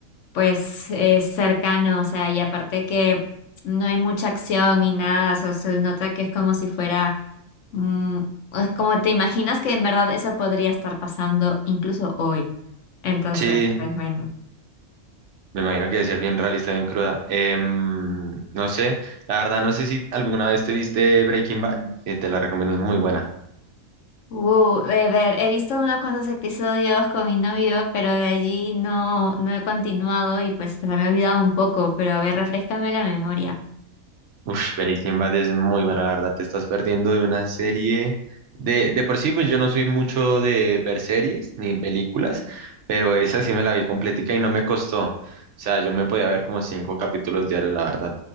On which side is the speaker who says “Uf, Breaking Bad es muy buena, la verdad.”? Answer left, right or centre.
Right